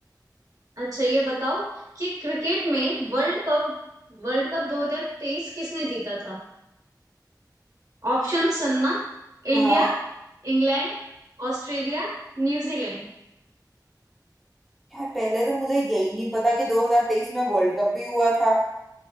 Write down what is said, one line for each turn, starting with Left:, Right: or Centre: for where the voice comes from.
Right: अच्छा ये बताओ कि क्रिकेट में वर्ल्ड कप वर्ल्ड कप 2023 किसने जीता था ऑप्शन सुनना
Centre: हाँ
Right: India England Australia New Zealand
Centre: यार पहले तो मुझे यही नहीं पता कि 2023 में वर्ल्ड कप भी हुआ था